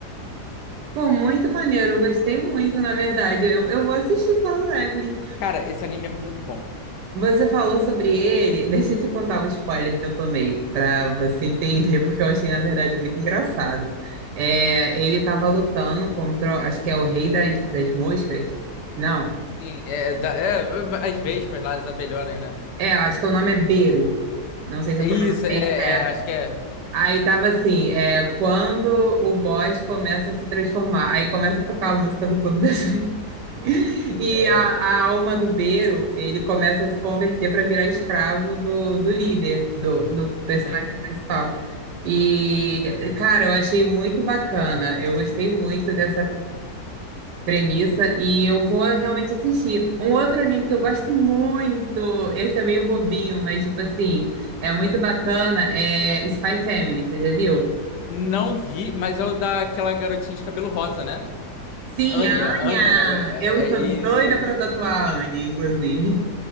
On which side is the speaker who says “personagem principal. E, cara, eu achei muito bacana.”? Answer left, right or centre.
Right